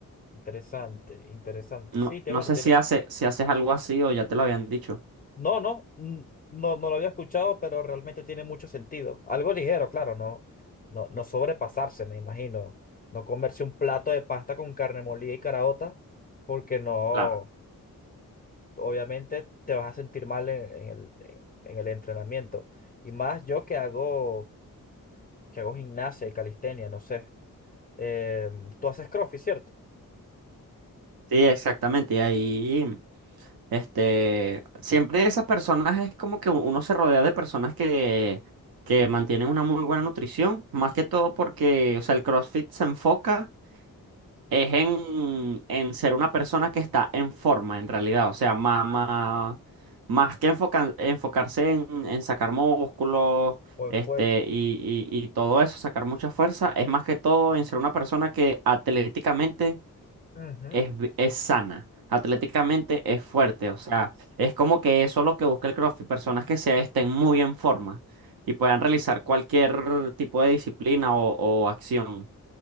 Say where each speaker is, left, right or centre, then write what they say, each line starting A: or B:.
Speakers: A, on the left (about 25°); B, on the right (about 75°).
A: interesante, interesante.
B: No,
A: Sí, te,
B: no
A: bueno,
B: sé
A: tiene
B: si hace, si haces algo así o ya te lo habían dicho.
A: No, no, n- no, no lo había escuchado, pero realmente tiene mucho sentido. Algo ligero, claro, no, no, no sobrepasarse, me imagino. No comerse un plato de pasta con carne molida y caraota, porque no,
B: Claro.
A: obviamente te vas a sentir mal en, en el, en en el entrenamiento. Y más yo que hago, que hago gimnasia y calistenia, no sé. Em, tú haces CrossFit, ¿cierto?
B: Sí, exactamente. Y ahí, este, siempre esas personas es como que uno se rodea de personas que, que mantienen una muy buena nutrición, más que todo porque, o sea, el CrossFit se enfoca. es en, en ser una persona que está en forma, en realidad. O sea, más, más, más que enfoca- enfocarse en, en sacar músculos,
A: O en
B: este,
A: fuerza.
B: y, y- y todo eso, sacar mucha fuerza, es más que todo en ser una persona que atléticamente
A: Ujú,
B: es, vi- es sana. Atléticamente es fuerte, o sea, es como que eso es lo que busca el CrossFit, personas que se estén muy en forma y puedan realizar cualquier tipo de disciplina o o acción.